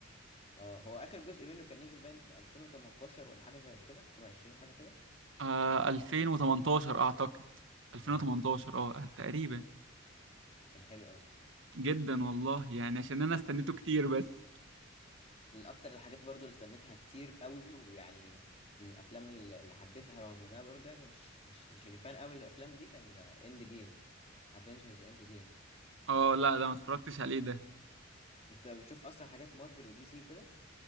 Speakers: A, on the left (about 30°); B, on the right (about 65°).
A: اه هو اخر جزء منه كان نزل باين في 2018 ولا حاجه زي كده 2020 حاجه كده
B: آه 2018 اعتقد 2018
A: امم
B: اه تقريبا
A: كان حلو
B: جدا والله يعني عشان انا استنيته كتير بس
A: من اكتر الحاجات برضو اللي استنيتها كتير قوي ويعني من الافلام اللي اللي حبيتها رغم انها برضو يعني مش مش مش اللي فان قوي الافلام دي كان اند جيم افنجرز اند جيم
B: اه لا ده ما اتفرجتش عليه ده
A: انت بتشوف اصلا حاجات مارفل ودي سي وكده